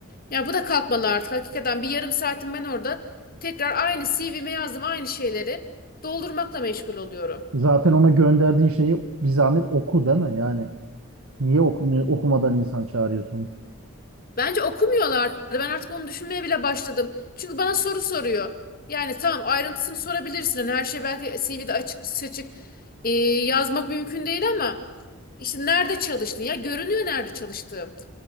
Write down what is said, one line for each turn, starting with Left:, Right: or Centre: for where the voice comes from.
Left: Ya bu da kalkmalı artık. Hakikaten bir yarım saatim ben orada tekrar aynı CV'me yazdım aynı şeyleri doldurmakla meşgul oluyorum.
Right: zaten ona gönderdiğin şeyi bir zahmet oku değil mi? Yani niye okumuyor, okumadan insan çağırıyorsun?
Left: Bence okumuyorlardı. Ben artık onu düşünmeye bile başladım. Çünkü bana soru soruyor. Yani tamam ayrıntısını sorabilirsin. Hani her şey belki CV'de açık seçik e, yazmak mümkün değil ama işte nerede çalıştın? Ya görünüyor nerede çalıştığım.